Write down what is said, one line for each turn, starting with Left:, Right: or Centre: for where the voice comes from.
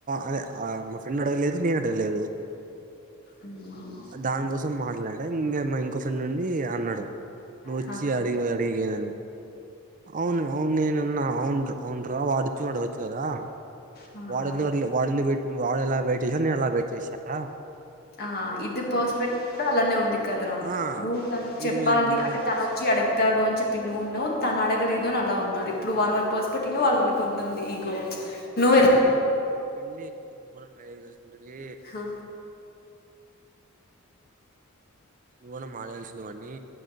Right: అదే ఆ ప్రెండ్ అడగలేదు నేను అడగలేదు
Left: ఉమ్.
Right: దానికోసం మాట్లాడ ఇంగేం ఇంకోసం ప్రెండ్ ఉండి అన్నాడు నువ్వొచ్చి
Left: హా
Right: అడిగి అడిగే నను అవును అవును నేనన్నా అవును అవున్రా వాడచ్చు అడగచ్చు కదా
Left: హా
Right: వాడేందుకు అడిగలే వాడేఎందుకు పేట్ వాడలా బయటె సాను నేను అలాగ వచ్చెసార
Left: ఆ ఇది పర్స్పెక్టు కూడా అలానే ఉంది కదరా
Right: ఆ
Left: నువ్వు తను
Right: వీడు
Left: చెప్పాలి
Right: పోయి అంటున్నాడు
Left: అంటే తన వచ్చి అడగ అడగతాడు అని చెప్పి నువ్వు ఉన్నవ్ తను అడగలేదు అని అలా ఉన్నారు ఇప్పుడు వాల్వాళ్ల పర్స్పెక్టివ్ లో వాళ్ళ వాళ్ళకి ఉంది ఈగో నువె
Right: ప్రెండ్ లీ లేకపొతే మనం ట్రైచేస్తుంటిమి
Left: ఆ!
Right: నువ్వనా మారాల్సిన వన్నీ